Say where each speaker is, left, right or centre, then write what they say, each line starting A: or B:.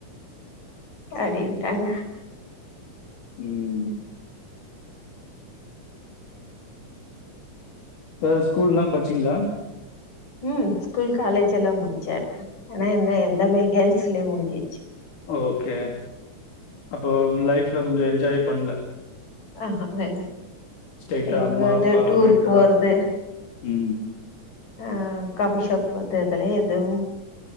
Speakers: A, on the left (about 65°); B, on the left (about 80°).
A: அப்டின்ட்டாங்க
B: ம் வேற ஸ்கூல்லாம் பட்ச்சீங்ளா
A: ம் ஸ்கூல் காலேஜ் எல்லாம் முடிச்சே ஆனா என்ன எல்லாமே கேல்ஸ் கிளை முடுக்கி
B: ஓ ஒகே அப்போ லைஃப்ல கொஞ்சோ என்ஜாயே பண்ல
A: அ அ <unintelligible>
B: ஸ்ட்ரைட்டா
A: எங்க
B: அம்மா
A: <unintelligible>
B: அப்பா
A: டூர்
B: வீட்டு
A: போறது
B: தா ம்
A: அ காஃபி ஷாப் போய்ட்டு வர்துல எதுவும்